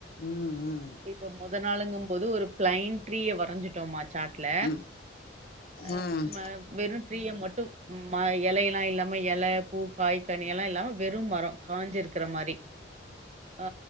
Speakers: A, on the left; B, on the right.
A: ம் ம்
B: இப்ப மொத நாளுங்கும்போது ஒரு பிளைன் ட்ரீய வரைஞ் சிட்டோமா சாட்ல
A: ம்
B: அ
A: ம்
B: ம வெறு ட்ரீய மட்டு எலையெல்லா இல்லாம எல பூ, காய், கனி எல்லா இல்லாம வெறு மரோ காஞ்சிருக்கிற மாரி அ